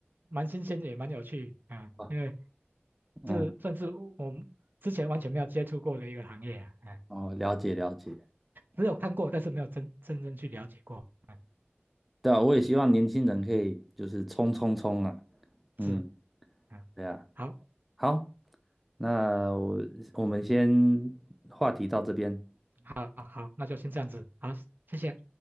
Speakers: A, on the right (about 50°); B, in the centre.
A: 蛮新鲜，也蛮有趣，啊，
B: 啊
A: 因为
B: 嗯，
A: 这算是我们之前完全没有接触过的一个行业啊，哎，
B: 哦，了解了解。
A: 只有看过，但是没有真真正去了解过，啊，
B: 对啊，我也希望年轻人可以就是冲冲冲啊。嗯，
A: 是，啊，
B: 对啊。
A: 好，
B: 好，那我我们先话题到这边。
A: 好，好，那就先这样子，好，谢谢。